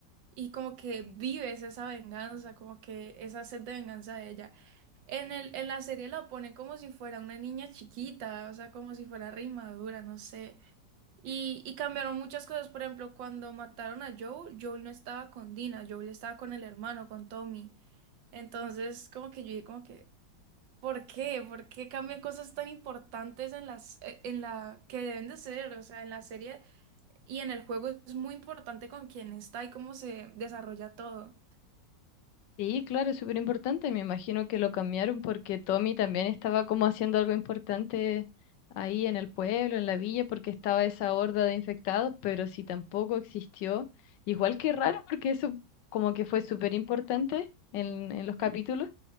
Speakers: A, on the right; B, on the left.
A: y como que vives esa venganza, como que esa sed de venganza de ella. En el, en la serie la ponen como si fuera una niña chiquita, o sea, como si fuera re inmadura, no sé. Y, y cambiaron muchas cosas. Por ejemplo, cuando mataron a Joel, Joel no estaba con Dina, Joel estaba con el hermano, con Tommy. Entonces, como que yo dije, como que, ¿por qué? ¿Por qué cambian cosas tan importantes en las, eh, en la que deben de ser? O sea, en la serie y en el juego es muy importante con quién está y cómo se desarrolla todo.
B: Sí, claro, es súper importante. Me imagino que lo cambiaron porque Tommy también estaba como haciendo algo importante ahí en el pueblo, en la villa, porque estaba esa horda de infectados, pero si tampoco existió, igual que raro, porque eso como que fue súper importante en, en los capítulos.
A: Ujú.